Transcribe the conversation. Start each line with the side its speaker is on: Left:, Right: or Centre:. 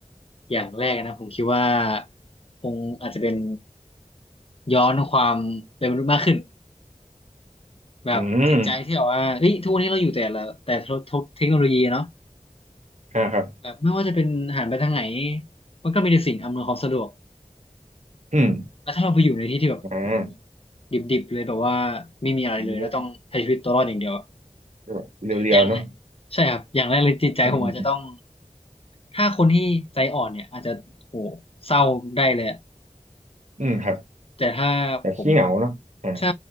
Left: อย่างแรกนะผมคิดว่าคงอาจจะเป็นย้อนความเป็นมนุษย์มากขึ้นแบบจิตใจที่แบบว่าเฮ้ยทุกวันนี้เราอยู่แต่ละแต่ทบเทคโนโลยีเนาะ
Right: อืมอ่าครับ
Left: แบบไม่ว่าจะเป็นหันไปทางไหนมันก็มีแต่สิ่งอำนวยความสะดวก
Right: อืม
Left: แล้วถ้าเราไปอยู่ในที่ที่แบบโอ้โห
Right: อ่า
Left: ดิบๆเลยแบบว่าไม่มีอะไรเลยแล้วต้องใช้ชีวิตตัวรอดอย่างเดียวอะ
Right: อืมก็แบบเรียวๆเนาะ
Left: อย่างแรกใช่ครับอย่างแรกเลยจิตใจผมอาจจะต้อง
Right: อืมอืม
Left: ถ้าคนที่ใจอ่อนเนี่ยอาจจะโหเศร้าได้เลยอะ
Right: อืมครับ
Left: แต่ถ้าผม
Right: แบบขี้เหงาเนาะอ่า
Left: ใช่